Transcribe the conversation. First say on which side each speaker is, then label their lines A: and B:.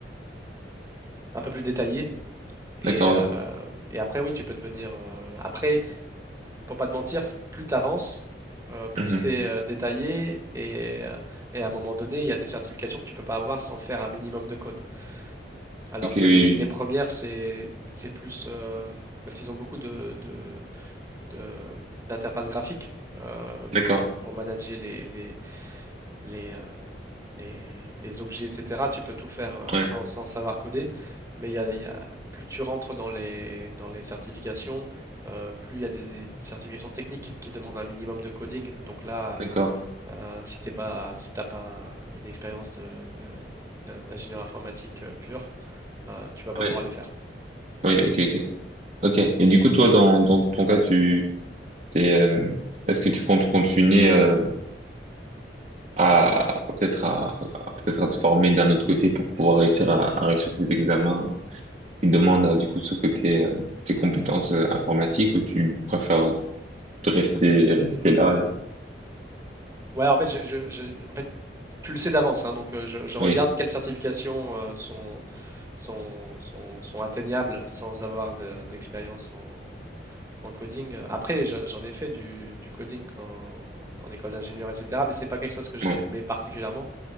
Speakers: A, on the right; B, on the right.
A: un peu plus détaillé. Et,
B: D'accord,
A: euh, et après, oui, tu peux devenir. euh, Après, pour pas te mentir, c- plus tu avances, euh, plus
B: oui. Mhm.
A: c'est euh, détaillé. Et, euh, et à un moment donné, il y a des certifications que tu peux pas avoir sans faire un minimum de code. Alors
B: Ok,
A: que
B: oui, oui.
A: les, les
B: oui.
A: premières, c'est, c'est plus. euh, parce qu'ils ont beaucoup de, de, de- d'interfaces graphiques euh,
B: D'accord,
A: pour, pour manager les, les, les, euh, les, les objets, etc. Tu peux tout faire euh,
B: ouais,
A: sans, sans savoir coder, mais il y a, il y a- plus tu rentres dans les, dans les certifications, euh, plus il y a des certifications techniques qui demandent un minimum de coding. Donc là,
B: d'accord.
A: euh, si t'es pas, si t'as pas une expérience de, de- d'un- d'ingénieur informatique euh, pur, euh, tu vas pas
B: Oui,
A: pouvoir les faire.
B: oui, ok, ok. Ok. Et du coup, toi, dans, dans ton cas, tu, t'es, euh, est-ce que tu comptes continuer euh, à peut-être à, à- peut-être à te former d'un autre côté pour pouvoir réussir à, à réussir ces examens il demande euh, du coup de ce côté euh, tes compétences euh, informatiques ou tu préfères te rester rester là et-
A: Ouais, en fait, je, je- je- en fait, tu le sais d'avance, hein, donc euh, je, je regarde
B: oui
A: quelles certifications euh, sont sont, sont, sont atteignables sans avoir de- d'expérience en, en coding. Après, j'en j'en ai fait du, du coding en, en école d'ingénieur, etc., mais c'est pas quelque chose que j'aimais
B: ouais,
A: particulièrement.